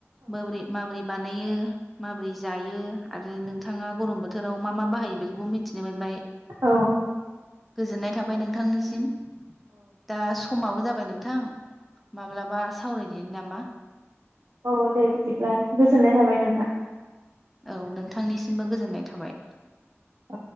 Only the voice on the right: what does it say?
औ
औ दे बिदिब्ला गोजोननाय थाबाय नोंथां।
औ